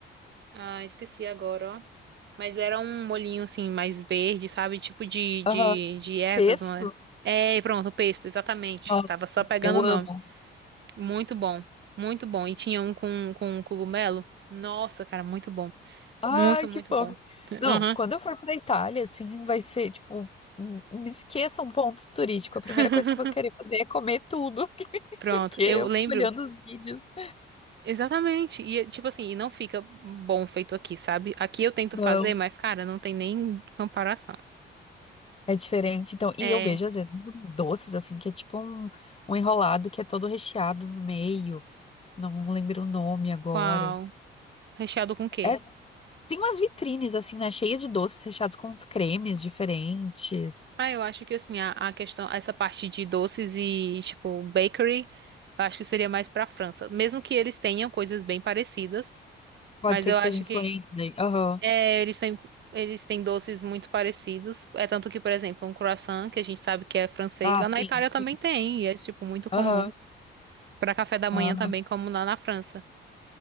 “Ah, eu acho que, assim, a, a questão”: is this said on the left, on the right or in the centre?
Right